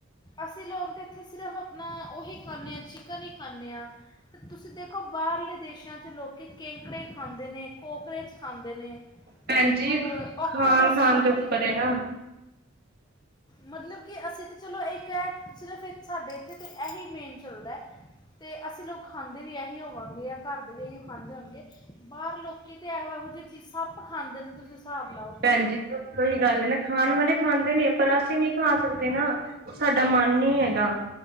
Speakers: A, on the left; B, on the right.
A: ਅਸੀਂ ਲੋਕ ਤੇ ਇੱਥੇ ਸਿਰਫ਼ ਆਪਣਾ ਉਹੀ ਖਾਂਦੇ ਹਾਂ ਚਿਕਨ ਹੀ ਖਾਂਦੇ ਹਾਂ ਤੇ ਤੁਸੀਂ ਦੇਖੋ ਬਾਹਰਲੇ ਦੇਸ਼ਾਂ ਚ ਲੋਕ ਕੇਕੜੇ ਖਾਂਦੇ ਨੇ, ਕੋਕਰੇਚ ਖਾਂਦੇ ਨੇ
B: ਭੈਣ
A: ਉਹ
B: ਜੀ ਖਾਣ
A: ਔਕਟੋਪਸ
B: ਖਾਣ
A: ਖਾਂਦੇ
B: ਦੇ ਉੱਪਰ
A: ਨੇ
B: ਹੈ ਨਾ
A: ਮਤਲਬ ਕਿ ਅਸੀਂ ਤਾਂ ਚਲੋ ਇੱਕ ਹੈ ਸਿਰਫ ਸਾਡੇ ਇੱਥੇ ਤਾਂ ਇਹੀ ਮੇਨ ਚੱਲਦਾ ਤੇ ਅਸੀਂ ਲੋਕ ਖਾਂਦੇ ਵੀ ਇਹੀ ਹੋਵਾਂਗੇ ਜਾਂ ਘਰ ਦੇ ਵੀ ਇਹੀ ਉਹ ਖਾਂਦੇ ਹੋਣਗੇ ਬਾਹਰ ਲੋਕੀ ਤੇ ਇਹੋ -ਇਹੋ ਜਿਹੀ ਚੀਜ਼ ਸੱਪ ਖਾਂਦੇ ਨੇ ਤੁਸੀਂ ਹਿਸਾਬ ਲਾਓ
B: ਹਾਂਜੀ ਉਹੀ ਗੱਲ ਨਾ ਖਾਣ ਵਾਲੇ ਖਾਂਦੇ ਨੇ ਪਰ ਅਸੀਂ ਨਹੀਂ ਖਾ ਸਕਦੇ ਨਾ ਸਾਡਾ ਮਨ ਨੀ ਹੈਗਾ,